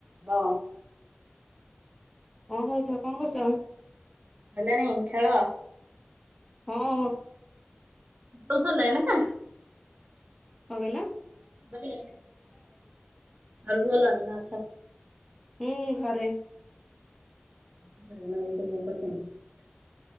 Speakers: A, on the right; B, in the centre.
A: ହଁ।
B: <unintelligible> କଣ କରୁଚ?
A: ଭଲେ ନାଇଁ ଖେଳ
B: ହଁ।
A: ତୋ <unintelligible>
B: କଁ କଇଲ?
A: ମୁଁ କଇଲି ହେଇନେ ଘରକୁ ଗଲଣି ନା ଅଛ?
B: ହୁଁ ଘରେ।
A: <unintelligible>